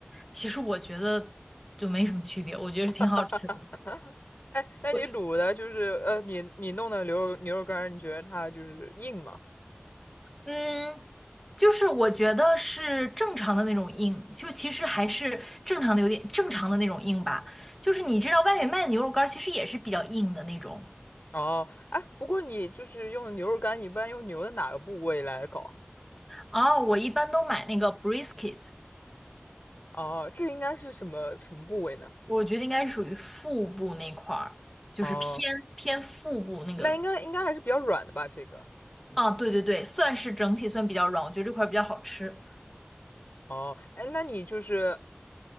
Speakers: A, in the centre; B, on the left.
A: 其实我觉得就没什么区别，我觉得是挺好吃的。
B: <laughs> 哎，那你卤的就是呃，
A: 我
B: 你你弄的牛肉牛肉干儿你觉得它就是硬吗？
A: 嗯，就是我觉得是正常的那种硬，就其实还是正常的有点正常的那种硬吧。就是你知道外面卖的牛肉干儿其实也是比较硬的那种。
B: 哦，哎，不过你就是用牛肉干，你一般用牛的哪个部位来搞啊？
A: 哦，我一般都买那个 brisket。
B: 哦，这应该是什么什么部位呢？
A: 我觉得应该是属于腹部那块儿，就是偏偏腹部那个。
B: 哦，那应该应该还是比较软的吧？这个。
A: 啊，对对对，算是整体算比较软，我觉得这块儿比较好吃。
B: 哦，哎，那你就是